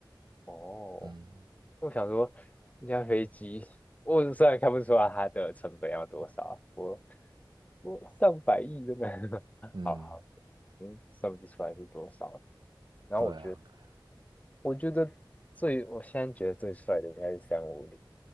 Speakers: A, on the left; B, on the right.
A: 哦，
B: 嗯
A: 我想说，一架飞机，我虽然看不出来它的成本要多少，我我上百亿真的，<laughs>
B: 嗯，
A: 好好，嗯，算不出来是多少。然后我觉得，
B: 对啊。对。
A: 我觉得最，我现在觉得最帅的应该是三五零。